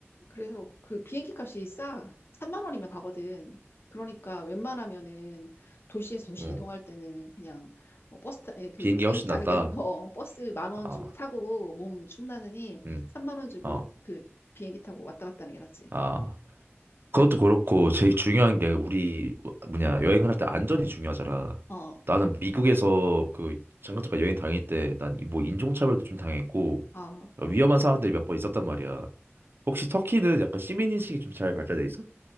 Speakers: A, on the left; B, on the right.
A: 그래서 그 비행기 값이 싸. 3만 원이면 가거든. 그러니까 웬만하면은 도시에서 도시
B: 어,
A: 이동할 때는 그냥 어, 버스 타, 예, 그
B: 비행기
A: 비행기
B: 훨씬
A: 타는
B: 낫다.
A: 게 <laughs> 어, 버스 만 원
B: 아,
A: 주고 타고 몸 축나느니
B: 음,
A: 3만 원 주고
B: 어,
A: 그 비행기 타고 왔다 갔다 하는 게 낫지.
B: 아. 그것도 그렇고 제일 중요한 게 우리 뭐냐 여행을 할 때 안전이 중요하잖아.
A: 어.
B: 나는 미국에서 그 잠깐 잠깐 여행 다닐 때 난 뭐 인종차별도 좀 당했고
A: 아, 그렇게.
B: 위험한 상황들이 몇 번 있었단 말이야. 혹시 터키는 약간 시민인식이 좀 잘 발달돼 있어?